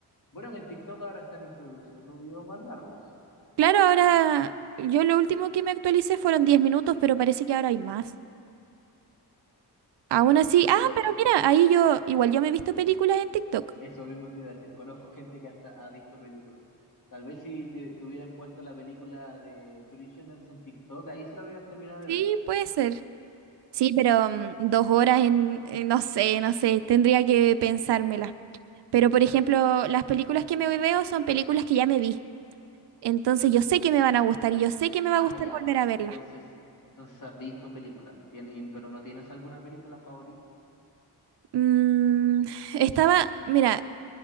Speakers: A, on the left; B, on the right.
A: bueno, en TikTok ahora están introduciendo videos más largos.
B: Claro, ahora yo lo último que me actualicé fueron 10 minutos, pero parece que ahora hay más. Aún así, ah,
A: Yo
B: pero mira, ahí yo, igual yo me he visto películas en TikTok.
A: eso mismo te iba a decir, conozco gente que hasta ha visto películas. Tal vez si te, te hubieran puesto la película de Prisoners en TikTok, ahí se la hubieras terminado de
B: sí,
A: ver.
B: puede ser. Sí, pero mm, dos horas en, en- no sé, no sé, tendría que pensármela. Pero, por ejemplo, las películas que me veo son películas que ya me vi. Entonces yo sé que me van a gustar y yo sé que me
A: Ah,
B: va a gustar
A: ya.
B: volver a
A: Entonces,
B: verlas.
A: entonces has visto películas, Tien- y- pero no tienes alguna película favorita.
B: Mm, estaba, mira,